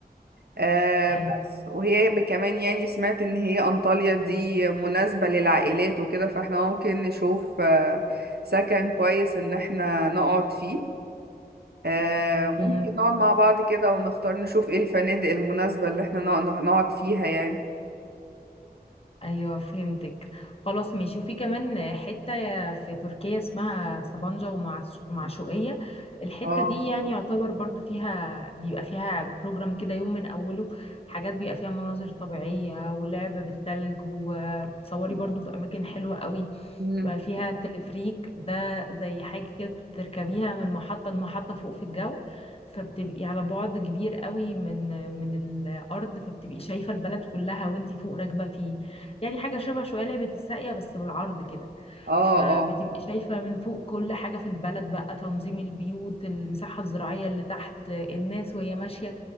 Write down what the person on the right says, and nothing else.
آه
بس وهي ب- كمان يعني سمعت ان هي انطاليا دي مناسبة للعائلات وكده فاحنا ممكن نشوف آه سكن كويس ان احنا نقعد فيه آه ممكن
نقعد مع بعض كده ونختار نشوف ايه الفنادق المناسبة اللي احنا نق- نقعد فيها يعني
اه
مم.
اه
اه